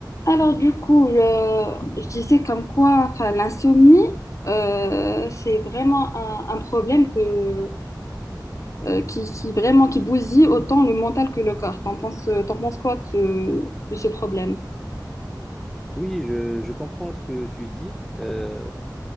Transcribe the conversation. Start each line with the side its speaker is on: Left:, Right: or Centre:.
Left: Alors du coup, je, je disais comme quoi, enfin, l'insomnie, euh, c'est vraiment un, un problème que, euh, qui, qui vraiment qui bousille autant le mental que le corps. T'en penses, t'en penses quoi de, ce de ce problème?
Centre: Oui, je, je comprends ce que tu dis. Euh,